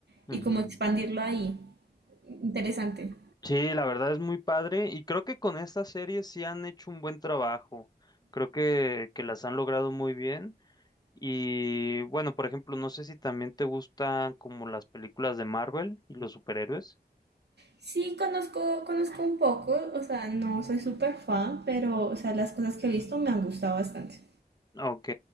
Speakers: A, on the left (about 25°); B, on the right (about 85°).
A: Ujú.
B: y como expandirlo ahí. Interesante.
A: Sí, la verdad es muy padre y creo que con esta serie sí han hecho un buen trabajo. Creo que, que las han logrado muy bien. Y bueno, por ejemplo, no sé si también te gustan como las películas de Marvel y los superhéroes.
B: Sí, conozco, conozco un poco, o sea, no soy súper fan, pero, o sea, las cosas que he visto me han gustado bastante.
A: Ok,